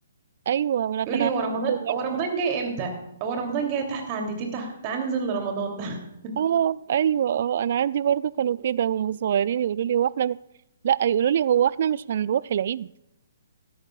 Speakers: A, on the right; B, on the right.
A: ايوه ما انا كان
B: يقول لي
A: عارفه
B: هو رمضان
A: كده
B: هو رمضان جاي امتى هو رمضان جاي تحت عند تيتا تعالى ننزل لرمضان <laughs>
A: اه ايوه اه انا عندي برضو كانوا كده وهم صغيرين يقولوا لي هو احنا م... لا يقولوا لي هو احنا مش هنروح العيد